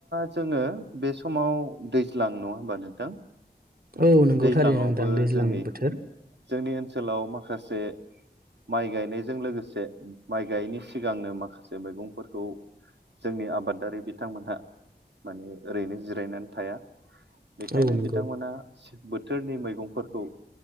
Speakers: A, on the right; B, on the right.
A: जोङो बे समाव दैज्लां नङा होमबा नोंथां।
B: औ नंगौ
A: दैज्लाङावबो
B: थारैनो नोंथां दैज्लां
A: जोंनि
B: बोथोर
A: जोंनि ओनसोलाव माखासे माइ गायनायजों लोगोसे माइ गायैनि सिगांनो माखासे मैगंफोरखौ। जोंनि आबादारि बिथांमोनहा माने ओरैनो जिरायनानै थाया। बेखायनो
B: औ नंगौ
A: बिथांमोना। बोथोरनि मैगंफोरखौ